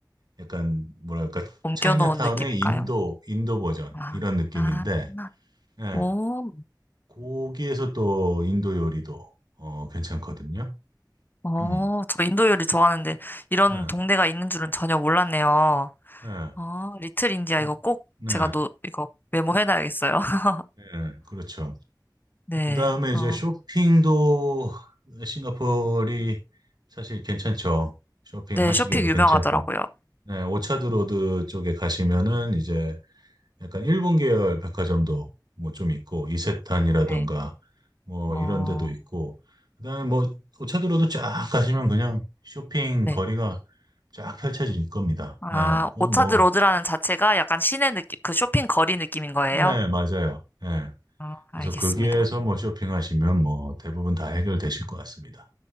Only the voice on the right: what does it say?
약간 뭐랄까
차이나타운의
인도 인도 버전
이런 느낌인데
예.
거기에서 또 인도 요리도 어 괜찮거든요.
음.
네.
네.
그-
네.
네. 그렇죠.
그다음에
이제 쇼핑도 싱가포르이 사실 괜찮죠. 쇼핑하시기에도
괜찮고. 네, 오차드 로드 쪽에 가시면은 이제 약간 일본 계열 백화점도 뭐 좀 있고 이세탄이라던가
뭐
이런 데도 있고 그다음에 뭐 오차도로도 쫙 가시면 그냥 쇼핑
거리가 쫙 펼쳐질 겁니다.
예, 그
뭐,
네, 맞아요. 예.
그래서 거기에서 뭐 쇼핑하시면 뭐 대부분 다 해결되실 것 같습니다.